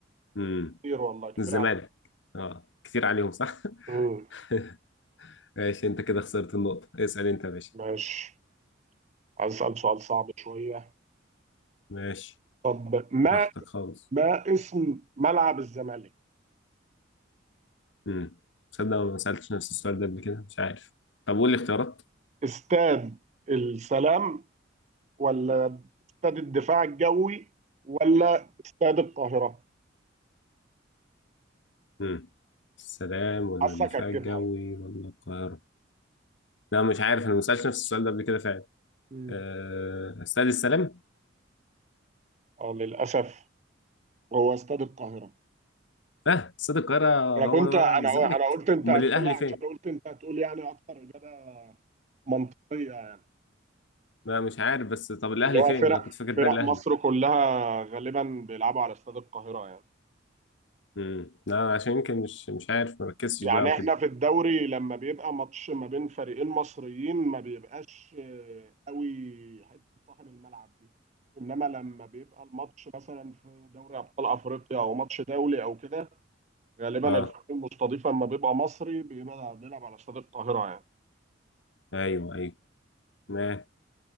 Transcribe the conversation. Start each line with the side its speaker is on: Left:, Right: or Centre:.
Left: امم
Right: كتير والله كتير
Left: الزمالك
Right: عليك.
Left: اه كتير عليهم صح
Right: مم.
Left: <laughs> ماشي أنت كده خسرت النقطة اسأل أنت يا باشا
Right: ماشي عايز اسال سؤال صعب شويه
Left: ماشي
Right: طب ما
Left: براحتك خالص
Right: ما اسم ملعب الزمالك
Left: امم تصدق أنا ما سألتش نفس السؤال ده قبل كده مش عارف طب قول لي اختيارات
Right: استاد السلام ولا استاد الدفاع الجوي ولا استاد القاهرة
Left: امم السلام ولا
Right: حاسك
Left: الدفاع
Right: هتجيبها
Left: الجوي ولا القاهرة لا مش عارف أنا ما سألتش نفس السؤال ده قبل كده فعلا
Right: مم.
Left: أه... استاد السلام
Right: اه للأسف هو استاد القاهرة
Left: اه استاد القاهرة
Right: أنا كنت
Left: هو اللي
Right: أنا
Left: بيلعب الزمالك
Right: أنا قلت أنت
Left: أمال
Right: هتقولها
Left: الأهلي
Right: عشان
Left: فين؟
Right: قلت أنت هتقول يعني أكتر إجابة منطقية يعني
Left: ما مش عارف بس طب الاهلي
Right: اللي هو
Left: فين
Right: فرق
Left: انا كنت فاكر ده
Right: فرق
Left: الاهلي
Right: مصر كلها غالبا بيلعبوا على استاد القاهرة يعني
Left: امم لا عشان يمكن مش مش عارف مركزتش
Right: يعني
Left: بقى وكده
Right: احنا في الدوري لما بيبقى ماتش ما بين فريقين مصريين ما بيبقاش آه، قوي حته صاحب الملعب دي انما لما بيبقى الماتش مثلا في دوري ابطال افريقيا او ماتش دولي او كده غالبا
Left: اه
Right: الفريق المستضيف لما بيبقى مصري بيبقى بيلعب على استاد القاهره يعني
Left: ايوه ايوه ما-